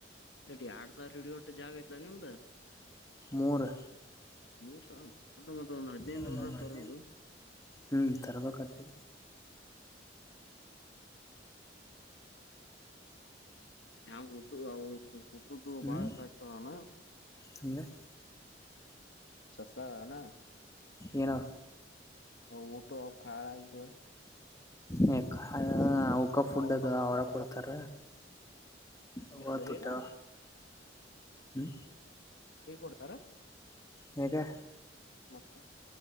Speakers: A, on the left; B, on the left.
A: ಎಟಿ ಆಡಸ ಹಡಿ ಹೊಟ್ಟ ಜಾಗಯಲ್ಲ ನಿಮದ
B: ಮೂರ್
A: ಮೂರ್ ಸಾವಿರ ಮತ್ತ ಒಂದ್ ಹದ್ನೈದುನೂರ
B: ಹ್ಮ್
A: ತರದು
B: ಹ್ಞೂ ತರ್ಬೇಕಟ್ಟಿ
A: ನ ಹುಟ್ಟು ಹುಟ್ಟ್ದು
B: ಹ್ಞೂ
A: ಬಾಳ ಕರ್ಚದಾನ
B: ಹಂಗೆ
A: ಸಸ್ತಾ ಹಾವನಾ
B: ಏನೋ
A: ಅವ ಊಟ ಅವ ಕಖಾಳ ಆಾಗಿಿಲ್ಲ
B: ಯ ಅವಕ ಫುಡ್
A: ಅವಕ
B: ಅದ ಅವರ ಕೊಡ್ತಾರ ಅವಾ
A: ಫ್ರೀನಾ
B: ತಟಾ ಹ್ಮ
A: ಫ್ರೀ ಕೊಡ್ತಾರ
B: ಹಗೆ
A: ಮತ್ತ